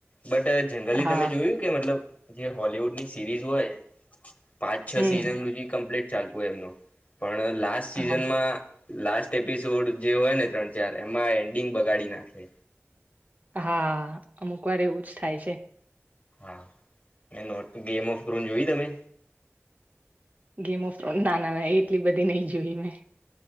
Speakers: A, on the left; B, on the right.
A: બટ જનરલી
B: હા
A: તમે જોયું કે મતલબ જે હોલવુડની સિરીઝ હોય પાંચ છ
B: હમ
A: સિઝન કમ્પ્લીટ ચાલતું હોય એમનું પણ લાસ્ટ સિઝનમાં
B: હા
A: લાસ્ટ એપિસોડ જે હોય ને ત્રણ ચાર એમાં એન્ડિંગ બગાડી નાખે.
B: હા અમુક વાર એવું જ થાય છે.
A: હા મે નોટ ગેમ ઓફ કર જોય તમે?
B: ગેમ ઓફ ના ના એટલી બધી નહી. જોઈ મેં